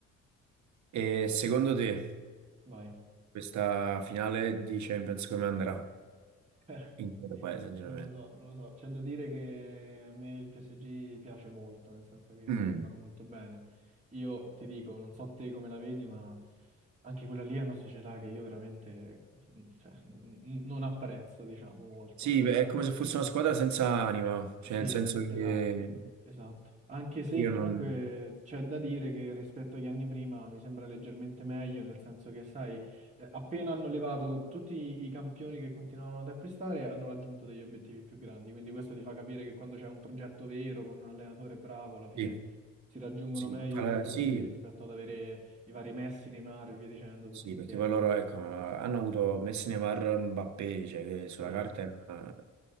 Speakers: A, on the right; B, on the right.
A: e secondo te
B: vai.
A: questa finale di Champions come andrà
B: <laughs>
A: in quale paese, sinceramente?
B: Non lo so, non lo so. C'è da dire che a me il PSG piace molto, nel senso che
A: Mm.
B: giocano molto bene. Io ti dico, non so te come la vedi, ma anche quella lì è una società che io veramente, cioè, n- n- non apprezzo, diciamo, molto.
A: Sì, beh, è come se fosse una squadra senza anima, cioè
B: Sì,
A: nel senso che
B: esatto, esatto. Anche se
A: io
B: comunque
A: non...
B: c'è da dire che rispetto agli anni prima mi sembra leggermente meglio, nel senso che, sai, eh, appena hanno levato tutti i campioni che continuavano ad acquistare, hanno raggiunto degli obiettivi più grandi. Quindi questo ti fa capire che quando c'è un progetto vero, con un allenatore bravo, alla fine
A: Sì,
B: si raggiungono
A: sì,
B: meglio
A: fa-
B: gli obiettivi
A: sì,
B: rispetto ad avere i vari Messi, Neymar e via dicendo tutti
A: sì,
B: insieme.
A: perché poi loro ecco, hanno avuto Messi, Neymar, Mbappé, cioè che sulla
B: Sì.
A: carta era